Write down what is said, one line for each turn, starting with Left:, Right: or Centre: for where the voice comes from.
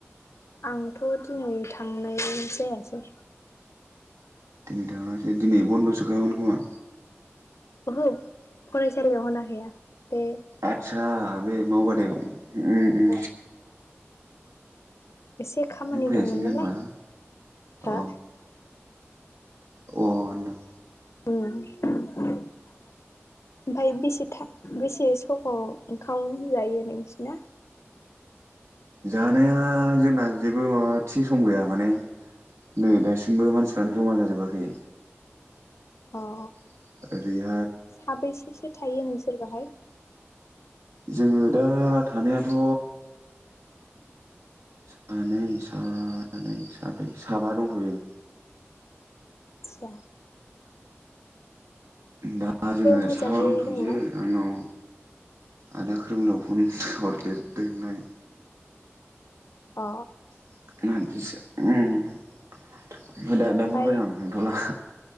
Left: आंथ दिनै थांनाय जायासै।
Right: दिनै थाङासै दिनै बन्दसो खामोन खोमा।
Left: ओहो फरायसालियाव होनाखै आं। बे
Right: आदसा बे मावबादायाव उम उम
Left: <unintelligible> एसे खामानि
Right: नों फैयासैनो
Left: दंमोन नालाय
Right: होमबा
Left: हो।
Right: अ अ होनदां।
Left: अ ओमफाय बेसे थाब बेसे समाव ओंखाम जायो नोंसिना?
Right: जानाया जोंना जेबो माबा थि सम गैया माने नै दासिमबो मानसिफ्रानो जमा जाजोबाखै।
Left: अ
Right: आरो।
Left: साबैसेसो थायो नोंसोर बाहाय?
Right: जोङो दा थानायाथ थ सानै सानै साब्रै साबा दंथयो।
Left: सा
Right: दा जोङो
Left: मोजाङै
Right: साहा दंथयो
Left: दंना
Right: आंनाव आदा खोरौमदाव फन हरदेरदोंलनाय।
Left: अ
Right: <unintelligible> उम ओमफाय दा दानहरबाय
Left: ओमफ्राय
Right: आं हमथला।